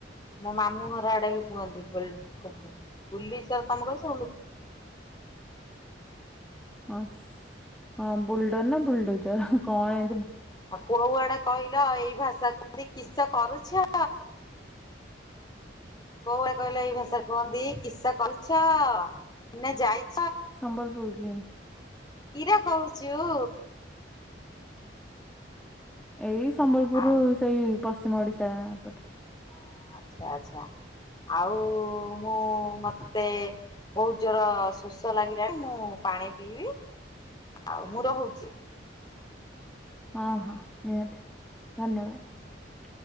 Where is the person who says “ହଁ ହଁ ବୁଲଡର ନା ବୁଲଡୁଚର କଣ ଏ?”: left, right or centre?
Centre